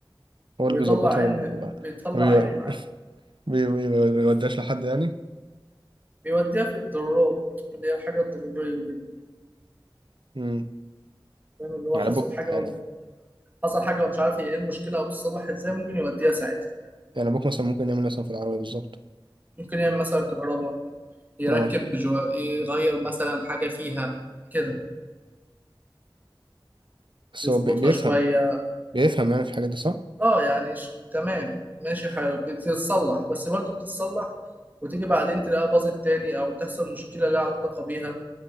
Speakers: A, on the right (about 70°); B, on the right (about 20°).
A: هو اللي
B: وبيطلع
A: بيظبطها
B: عيني
A: ولا-
B: بيطلع
A: ما بي-
B: عيني
A: <laughs> بي- بي- ما بيوديهاش لحد يعني
B: بيوديها في الضرورات اللي هي الحاجة الضرورية جدا
A: امم
B: فاهم اللي هو
A: يعني
B: حصل
A: ابوك
B: حاجة
A: يعني
B: و... حصل حاجة ومش عارف هي ايه المشكلة أو بتتصلح ازاي ممكن يوديها ساعتها
A: يعني ابوك مثلا ممكن يعمل مثلا في العربيه بالظبط
B: ممكن يعمل مثلا كهرباء يركب
A: اه
B: بجو... يغير مثلا حاجة فيها كده
A: بس
B: يظبطها
A: هو بي- بيفهم
B: شوية
A: بيفهم يعني في الحاجات دي صح
B: اه يعني ش... تمام ماشي حاله بتتصلح بس برضه بتتصلح وتيجي بعدين تلاقيها باظت تاني أو تحصل مشكلة ليها علاقة بيها